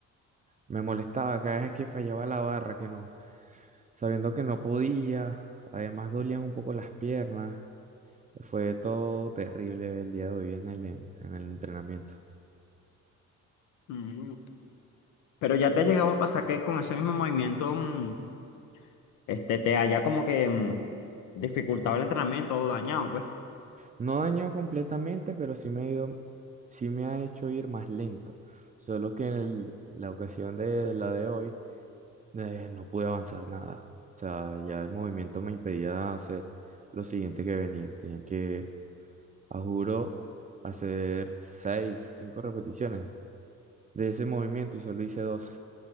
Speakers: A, on the right (about 25°); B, on the left (about 85°).
A: me molestaba cada vez que fallaba la barra, que no, sabiendo que no podía. Además dolían un poco las piernas. Fue todo terrible el día de hoy en el, en, en el entrenamiento.
B: Mm. Pero ya te ha llegado a pasar que con ese mismo movimiento, mm, este, te haya como que mm, dificultado el entrenamiento o dañado, pues.
A: No dañó completamente, pero sí me ha ido- sí me ha hecho ir más lento. Solo que el- la ocasión de la de hoy. eh, no pude avanzar nada. O sea, ya el movimiento me impedía hacer lo siguiente que venía. Tenía que, a juro, hacer seis, cinco repeticiones de ese movimiento y solo hice dos,